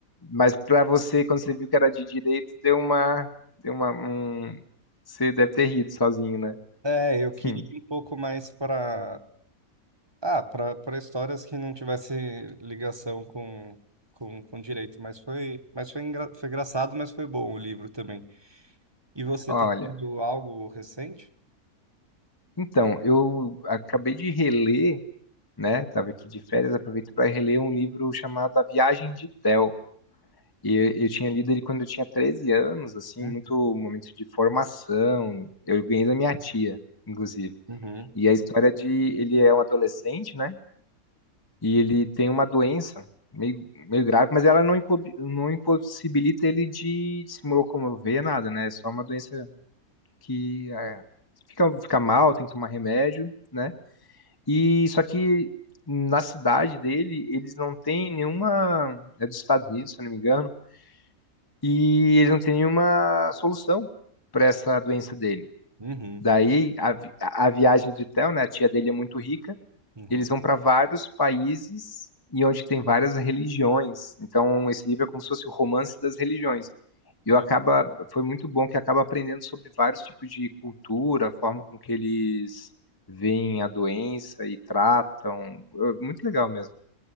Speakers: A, on the left (about 15°); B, on the right (about 20°).
A: mas pra você, quando você viu que era de direito, deu uma, deu uma, um... Você deve ter rido sozinho, né?
B: É, eu
A: <laughs>
B: queria ir um pouco mais para ah, para para histórias que não tivesse ligação com, com, com direito, mas foi mas foi, engra... foi engraçado, mas foi bom o livro também. E você
A: Olha,
B: tem lido algo recente?
A: então, eu acabei de reler, né? Tava aqui de férias, aproveito para reler um livro chamado A Viagem de Théo. E eu, eu tinha lido ele quando eu tinha 13 anos, assim,
B: Hum.
A: muito momento de formação. Eu ganhei da minha tia, inclusive.
B: Uhum.
A: E a história de ele é um adolescente, né? e ele tem uma doença meio, meio grave, mas ela não, impo- não impossibilita ele de se locomover, nada, né? É só uma doença que é, fica, fica mal, tem que tomar remédio, né? E só que na cidade dele, eles não têm nenhuma. É dos Estados Unidos, se eu não me engano, e eles não têm nenhuma solução para essa doença dele.
B: Uhum,
A: Daí a, vi- a viagem de Theo, né? A tia dele é muito rica
B: uhum.
A: eles vão para vários países e onde tem várias religiões. Então, esse livro é como se fosse o romance das religiões.
B: Que
A: E eu
B: le-
A: acaba, foi muito bom que acaba aprendendo sobre vários tipos de cultura, a forma com que eles veem a doença e tratam. É Muito legal mesmo.